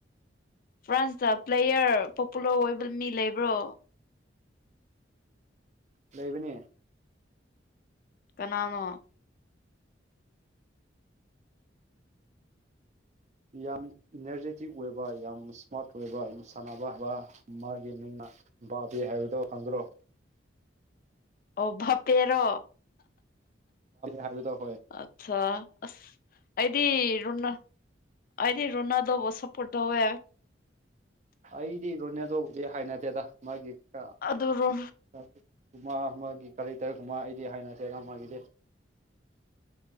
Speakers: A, on the left; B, on the right.
A: ꯐ꯭ꯔꯥꯟꯁꯇ ꯄ꯭ꯂꯦꯌꯔ ꯄꯣꯄꯨꯂꯔ ꯑꯣꯏꯕ ꯃꯤ ꯂꯩꯕ꯭ꯔꯣ
B: ꯂꯩꯕꯅꯦ
A: ꯀꯅꯥꯅꯣ
B: ꯌꯥꯝ ꯏꯅꯔꯖꯦꯇꯤꯛ ꯑꯣꯏꯕ ꯌꯥꯝ ꯏꯁꯃꯥꯔꯠ ꯑꯣꯏꯕ ꯌꯥꯝ ꯁꯥꯟꯅꯕ ꯍꯥꯏꯕ ꯃꯥꯒꯤ ꯃꯤꯡꯅ ꯕꯥꯕꯤꯦ ꯍꯥꯏꯕꯗꯣ ꯈꯪꯗ꯭ꯔꯣ
A: ꯑꯣꯚ ꯄꯦꯔꯣ
B: ꯍꯥꯏꯕꯗꯣ ꯍꯣꯏ
A: ꯑꯆꯥ ꯑꯁ ꯑꯩꯗꯤ ꯔꯣꯅ ꯑꯩꯗꯤ ꯔꯣꯅꯥꯗꯣꯧꯕ ꯁꯄꯣꯔꯠ ꯇꯧꯋꯦ
B: ꯑꯩꯗꯤ ꯔꯣꯅꯦꯗꯣꯕꯨꯗꯤ ꯍꯥꯏꯅꯗꯦꯗ ꯃꯥꯒꯤ ꯀꯃꯥ
A: ꯑꯗꯨꯔꯣ
B: ꯑꯃꯒꯤ ꯀꯔꯦꯛꯇꯔ ꯀꯃꯥ ꯑꯩꯗꯤ ꯍꯥꯏꯅꯗꯦꯅ ꯃꯥꯒꯤꯗꯤ